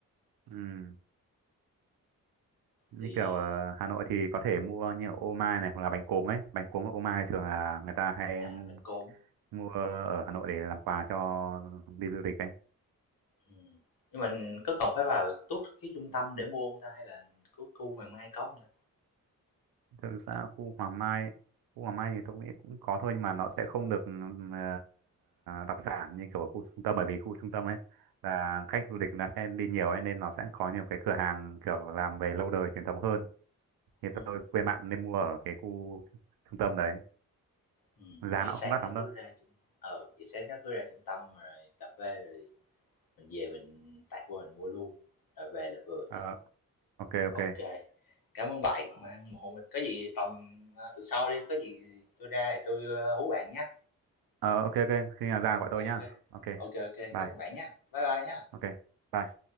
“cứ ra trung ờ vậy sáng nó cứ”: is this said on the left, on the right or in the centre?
Left